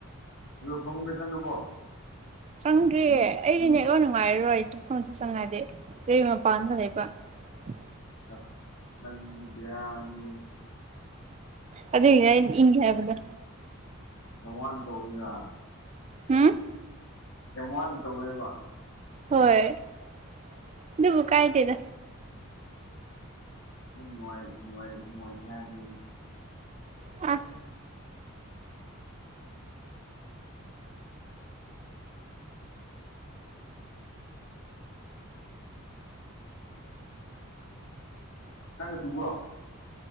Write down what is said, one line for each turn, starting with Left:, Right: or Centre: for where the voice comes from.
Left: ꯑꯗꯣ ꯐꯃꯨꯡꯗ ꯆꯪꯉꯕꯣ
Right: ꯆꯪꯗ꯭ꯔꯤꯌꯦꯦ ꯑꯩꯗꯤ ꯅꯦꯛ ꯂ ꯅꯨꯡꯉꯥꯏꯔꯔꯣꯏ ꯑꯩ ꯇꯨꯐꯝꯇ ꯆꯪꯉꯗꯤ ꯀꯔꯤ ꯃꯄꯥꯟꯗ ꯂꯩꯕ ꯎꯝ
Left: ꯑꯁꯪꯅꯤꯕ ꯌꯥꯅꯤ
Right: ꯑ ꯑꯗꯨꯗ ꯏ ꯍꯥꯏꯕꯗ
Left: ꯑꯦꯃ ꯇꯧꯔꯤꯗ
Right: ꯎꯝ
Left: ꯌꯥꯝ ꯋꯥꯅ ꯇꯧꯋꯦꯃ
Right: ꯍꯣꯏꯣꯏ ꯕꯨ ꯀꯥꯏꯗꯦꯗ
Left: ꯑꯗꯨꯝ ꯅꯨꯡꯉꯥꯏ ꯅꯨꯡꯉꯥꯏ ꯅꯨꯡꯉꯥꯏꯇꯦ ꯍꯥꯏꯕ ꯃꯤꯅ
Right: ꯑ
Left: ꯀꯩꯅ ꯆꯨꯕ